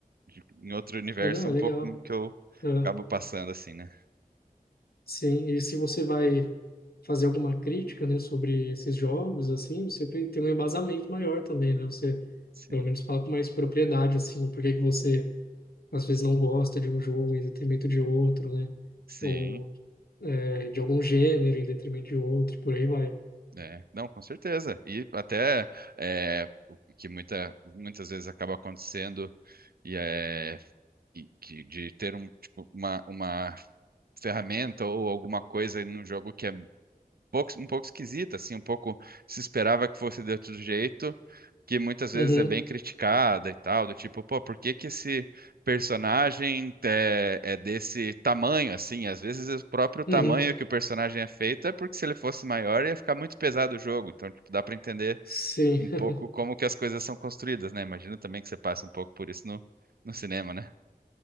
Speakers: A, on the right; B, on the left.
A: de- em outro universo
B: É, não,
A: é
B: é
A: um
B: legal.
A: pouco como que eu
B: É,
A: acabo passando assim, né?
B: sim, e se você vai fazer alguma crítica, né, sobre esses jogos, assim, você tem tem um embasamento maior também, né? Você,
A: Sim.
B: pelo menos, fala com mais propriedade, assim, por que que você às vezes não gosta de um jogo em detrimento de outro, né?
A: Sim,
B: Ou é, de algum gênero em detrimento de outro, por aí vai.
A: é. Não, com certeza. E até é, o que muita, muitas vezes acaba acontecendo e é e que de ter um, tipo, uma, uma ferramenta ou alguma coisa num jogo que é pouco, um pouco esquisita, assim, um pouco se esperava que fosse de outro jeito, que muitas vezes
B: Uhum,
A: é bem criticada e tal, do tipo, pô, por que que esse personagem é, é desse tamanho, assim? Às vezes é o próprio tamanho
B: uhum,
A: que o personagem é feito é porque se ele fosse maior ia ficar muito pesado o jogo, então tipo, dá pra entender
B: sim.
A: um pouco
B: <laughs>
A: como que as coisas são construídas, né? Imagino também que você passa um pouco por isso no, no cinema, né?